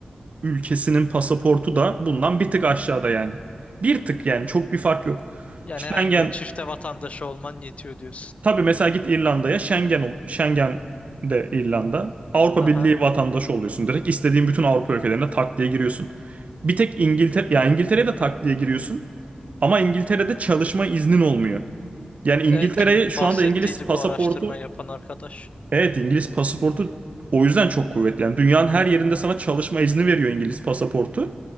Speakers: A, on the right (about 55°); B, on the left (about 50°).
A: ülkesinin pasaportu da bundan bir tık aşağıda yani. Bir tık yani çok bir fark yok.
B: Yani
A: Schengen
B: herhangi birinin çifte vatandaşı olman yetiyor diyorsun.
A: tabii mesela git İrlanda'ya Schengen ol, Schengen de İrlanda. Avrupa
B: Aha.
A: Birliği vatandaşı oluyorsun direkt. İstediğin bütün Avrupa ülkelerine tak diye giriyorsun. Bir tek İngiltere ya İngiltere'ye de tak diye giriyorsun ama İngiltere'de çalışma iznin olmuyor. Yani İngiltere'ye
B: Evet
A: şu
B: bahsettiydi
A: anda İngiliz pasaportu
B: bu araştırma yapan arkadaş.
A: evet İngiliz pasaportu o yüzden çok kuvvetli. Yani dünyanın her yerinde sana çalışma izni veriyor İngiliz pasaportu.